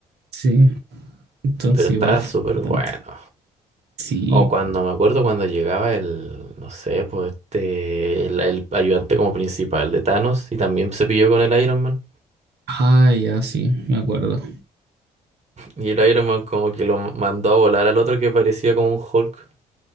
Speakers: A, on the right; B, on the right.
A: Sí, entonces
B: Pero está
A: igual fue
B: súper
A: potente.
B: bueno.
A: Sí.
B: O cuando me acuerdo cuando llegaba el, no sé, pues este, el, el ayudante como principal de Thanos y también se pilló con el Iron Man.
A: Ah, ya sí, me acuerdo.
B: Y el Iron Man como que lo mandó a volar al otro que parecía como un Hulk,